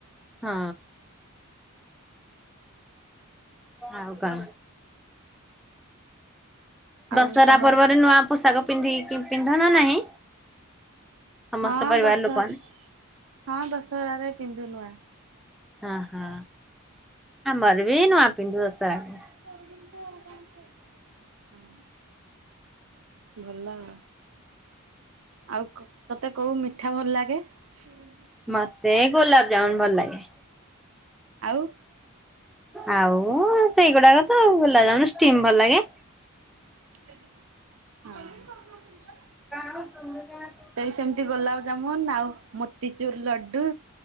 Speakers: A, in the centre; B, on the right.
A: ହଁ। ଆଉ କଣ?
B: ଆଉ
A: ଦଶହରା
B: ତମର
A: ପର୍ବରେ ନୂଆ ପୋଷାକ ପିନ୍ଧିକି ପିନ୍ଧ ନା ନାହିଁ? ସମସ୍ତ
B: ହଁ
A: ପରିବାର
B: ଦଶହର
A: ଲୋକମାନେ
B: ହଁ ଦଶହରା ରେ ପିନ୍ଧୁ ନୂଆ।
A: ହ ହଁ ଆମର ବି ନୂଆ ପିନ୍ଧୁ ଦଶହରାରେ।
B: କିନ୍ତୁ କଣ କରିବା ଆଉ ହଁ। ଭଲ ଆ ଆଉ କ ତୋତେ କୋଉ ମିଠା ଭଲ ଲାଗେ? ହୁଁ
A: ମତେ ଗୋଲାପ ଜାମୁନ ଭଲ ଲାଗେ।
B: ଆଉ
A: ଆଉ ସେଇଗୁଡ଼ାକ ତ ଗୁଲାବ ଜାମୁନ, ଷ୍ଟିମ ଭଲ ଲାଗେ।
B: ହଁ।
A: କାଣ ତମର ଯାହା <unintelligible>
B: ସେମତି ଗୋଲାପଜାମୁନ ଆଉ ମୋତିଚୁର ଲଡ଼ୁ